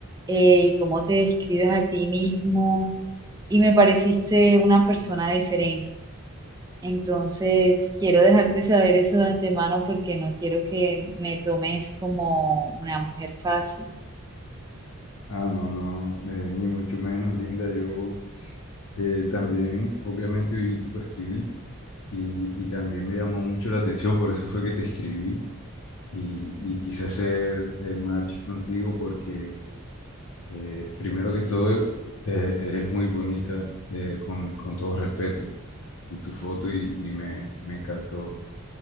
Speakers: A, on the right (about 15°); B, on the left (about 70°).
A: eh, y cómo te describes a ti mismo y me pareciste una persona diferente. Entonces, quiero dejarte saber eso de antemano porque no quiero que me tomes como una mujer fácil.
B: Ah, no, no, eh, ni mucho menos, Linda. Yo eh, también, obviamente, vi tu perfil y, y también me llamó mucho la atención, por eso fue que te escribí y, y quise hacer eh, match contigo porque, eh, primero que todo, eh, eres muy bonita, eh, con, con todo respeto, y tu foto y, y me, me encantó.